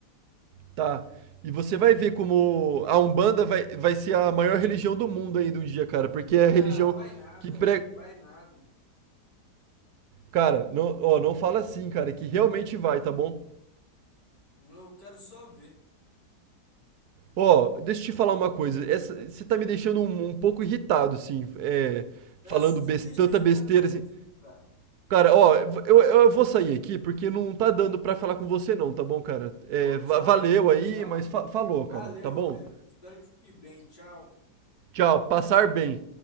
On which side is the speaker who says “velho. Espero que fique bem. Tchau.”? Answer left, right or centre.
Left